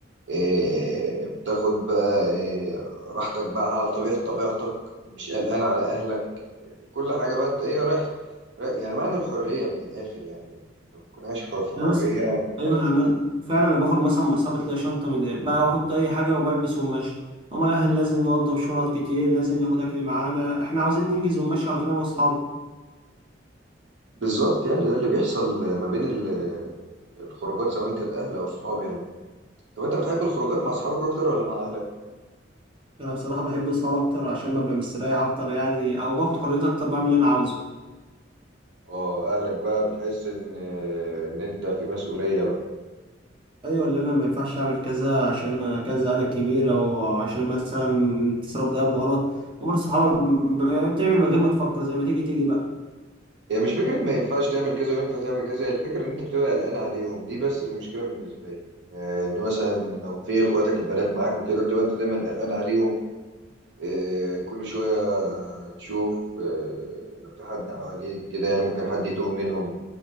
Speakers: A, on the right (about 70°); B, on the right (about 30°).
A: إيه بتاخد بقى إيه راحتك بقى على طبيعة طبيعتك مش قلقان على أهلك كل حاجة بقى انت ايه رايح رايح- يعني معنى الحرية من الآخر يعني انت بتكون عايش حر في حرية
B: لا بس
A: جامدة
B: ايوه انا أنا فعلا انا باخد مثلا مصابة تلاقي شنطه من دي. بقى احط اي حاجه وبلبس ونمشي امال الاهل لازم نوضب شنط كتير لازم ناخد اكل معانا احنا عاوزين ننجز ونمشي على طول انا واصحابي
A: بالظبط يعني ده اللي بيحصل ما بين ال- الخروجات سواء كانت أهل أو صحاب يعني طب انت بتحب الخروجات مع أصحابك أكتر ولا مع أهلك؟
B: انا بصراحه بحب اصحابي اكتر عشان ببقى مستريح اكتر يعني او باخد حريتي اكتر بعمل اللي انا عاوزه
A: اه أهلك بقى بتحس إن إن أنت في مسؤولية بقى
B: ايوه اللي انا ما ينفعش اعمل كذا عشان انا كذا انا الكبير او عشان مثلا تصرف ده بغلط امال صحابك ب- بتعمل من غير ما تفكر زي ما تيجي تيجي بقى
A: هي مش فكرة ما ينفعش تعمل كذا وينفع تعمل كذا هي الفكرة إن أنت بتبقى قلقان عليهم دي بس المشكلة بالنسبة لي إن إن مثلا لو في إخواتك البنات معاك وكده بتبقى أنت دايما قلقان عليهم إيه، كل شوية تشوف إيه، لو في حد حواليك كده يعني ممكن حد يتوه منهم